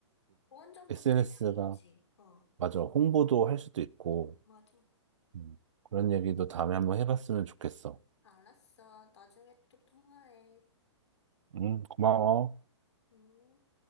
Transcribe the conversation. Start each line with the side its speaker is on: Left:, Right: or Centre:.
Left: 좋은 점도
Right: SNS가
Left: 분명히 있지. 어,
Right: 맞아. 홍보도 할 수도 있고,
Left: 맞아.
Right: 음, 그런 얘기도 다음에 한번 해봤으면 좋겠어.
Left: 알았어. 나중에 또 통화해.
Right: 음, 고마워.
Left: 응.